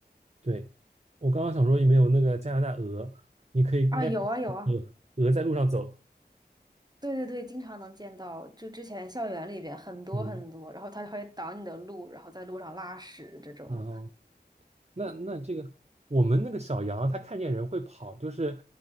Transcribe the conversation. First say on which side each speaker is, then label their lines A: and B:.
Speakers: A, on the right; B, on the right.
A: 对，我刚刚想说有没有那个加拿大鹅，你可以应该可以鹅鹅在路上走，
B: 啊，有啊有啊，对对对，经常能见到，就之前校园里边很多很多，
A: 嗯，
B: 然后它会挡你的路，然后在路上拉屎这种。
A: 然后那那这个我们那个小羊它看见人会跑，就是